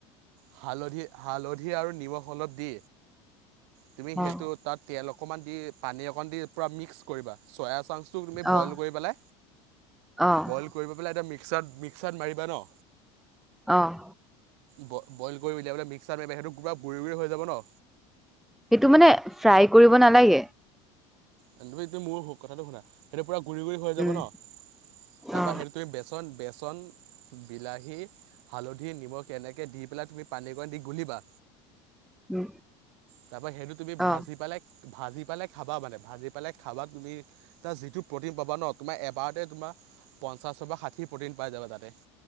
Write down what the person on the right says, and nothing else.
হালধি হালধি আৰু নিমখ অলপ দি তুমি সেইটো
তাত তিয়াই। অকণমান দি পানী অকণ দি মিক্স কৰিবা চয়া।
বয়ল কৰি পেলাই মিক্স। মিক্স মিক্সাৰাত মাৰিবা ন।
বইল কৰি উলিয়াইাবেললে মিক্সাৰ মাৰ সেইটো পুৰা গুৰি গুৰি হৈ যাব ন।
তুমিটো মোৰ কথাটো শুনা সেইটো পুৰা গুৰি, গুৰি হৈ যাব
ন' তাৰপৰা
হেৰি কৰি বেচন বেচন, বিলাহী, হালধি, নিমখ এনেকে দি পেলাই তুমি পানীকণ দি গুলিবা
তাৰ পৰা সেইটো তুমি ভাজি
পেলে ভাজি পালে খাবা মানে ভাজি পালে খাবা, তুমি তাৰ যিটো প্ৰ'টিন পাবা ন' তোমাৰ এবাৰতে তোমাৰ পঞ্চাশৰ বা ষাঠি প্ৰ'টিন পাই যাবা তাতে